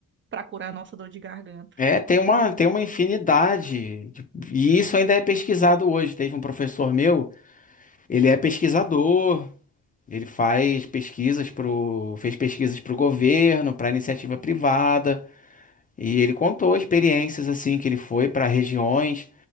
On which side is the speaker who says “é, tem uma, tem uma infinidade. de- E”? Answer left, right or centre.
Left